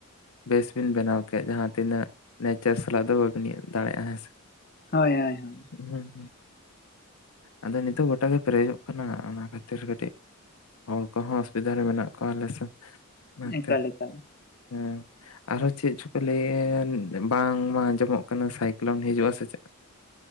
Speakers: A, on the left; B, on the left.
A: ᱵᱮᱥ ᱵᱤᱱ ᱵᱮᱱᱟᱣ ᱠᱮᱫ ᱡᱟᱦᱟᱸ ᱛᱤᱱᱟᱹᱜ ᱱᱮᱪᱟᱨ ᱥᱟᱞᱟᱜ ᱫᱚ ᱵᱟᱹᱵᱤᱱ ᱤᱭᱟᱹ ᱫᱟᱲᱮᱜᱼᱟ ᱦᱮᱸ ᱥᱮ᱾
B: ᱦᱳᱭ-ᱦᱳᱭ-ᱦᱳᱭ᱾
A: ᱦᱮᱸ-ᱦᱮᱸ ᱟᱫᱚ ᱱᱤᱛᱚᱜ ᱜᱚᱴᱟ ᱜᱮ ᱯᱮᱨᱮᱡᱚᱜ ᱠᱟᱱᱟ ᱚᱱᱟ ᱠᱷᱟᱹᱛᱤᱨ ᱠᱟᱹᱴᱤᱡ, ᱦᱚᱲ ᱠᱚᱦᱚᱸ ᱚᱥᱩᱵᱤᱫᱷᱟ ᱨᱮ ᱢᱮᱱᱟᱜ ᱠᱚᱣᱟ ᱟᱞᱮ ᱥᱮᱫ ᱚᱱᱟᱛᱮ
B: ᱮᱠᱟᱞ ᱮᱠᱟᱞ
A: ᱦᱮᱸ᱾ ᱟᱨᱚᱸ ᱪᱮᱫ ᱪᱚᱯᱮ ᱞᱟᱹᱭᱮᱱ ᱵᱟᱝᱢᱟ ᱟᱸᱡᱚᱢᱚᱜ ᱠᱟᱱᱟ ᱥᱟᱭᱠᱚᱞᱚᱱ ᱦᱤᱡᱩᱜᱼᱟᱥᱮ ᱪᱮᱫᱽ᱾